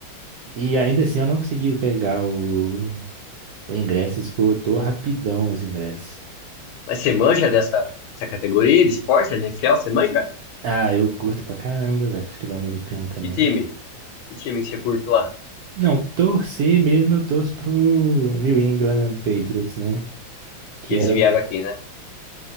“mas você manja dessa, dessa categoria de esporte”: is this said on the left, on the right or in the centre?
Left